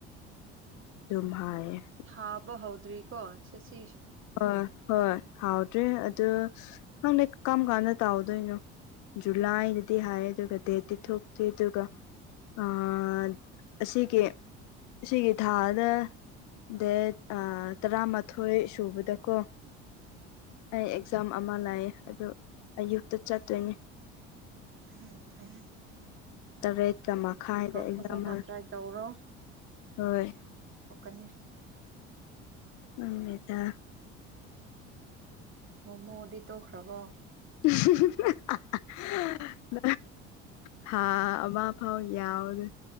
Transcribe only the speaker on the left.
ꯑꯗꯨꯨꯝ ꯍꯥꯏꯌꯦ
ꯑꯥ ꯍꯣꯏ ꯍꯥꯎꯗ꯭ꯔꯤ ꯑꯗꯨ ꯈꯪꯗꯦ ꯀꯔꯝ ꯀꯥꯟꯗ ꯇꯥꯎꯗꯣꯏꯅꯣ ꯖꯨꯂꯥꯏꯗꯗꯤ ꯍꯥꯏ ꯑꯗꯨꯒ ꯗꯦꯠꯇꯤ ꯊꯣꯛꯇ꯭ꯔꯤ ꯑꯗꯨꯒ ꯑꯥ ꯑꯁꯤꯒꯤ ꯁꯤꯒꯤ ꯊꯥꯗ ꯗꯦꯠ ꯇꯔꯥꯃꯥꯊꯣꯏ ꯆꯨꯕꯗꯀꯣ ꯑꯩ ꯑꯦꯛꯖꯥꯝ ꯑꯃ ꯂꯩꯌꯦ ꯑꯗꯨ ꯑꯌꯨꯛꯇ ꯆꯠꯇꯣꯏꯅꯦ
ꯇꯔꯦꯠꯀ ꯃꯈꯥꯏꯗ ꯑꯦꯛꯖꯥꯝ
ꯑꯃ
ꯍꯣꯏ
ꯃꯝꯃꯦꯗ
<inaudible> ꯊꯥ ꯑꯃ ꯐꯥꯎ ꯌꯥꯎꯗꯦ